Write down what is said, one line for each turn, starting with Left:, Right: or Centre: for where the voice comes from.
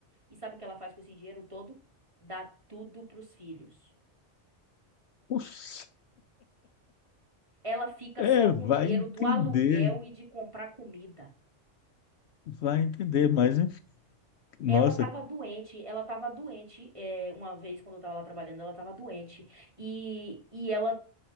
Right: E sabe o que ela faz com esse dinheiro todo? Dá tudo pros filhos.
Left: Oxi,
Right: Ela fica
Left: é,
Right: só com
Left: vai
Right: o dinheiro
Left: entender,
Right: do aluguel e de comprar comida.
Left: vai entender, mas enfim, nossa,
Right: Ela tava doente, ela tava doente, é, uma vez quando eu tava lá trabalhando, ela tava doente. E, e ela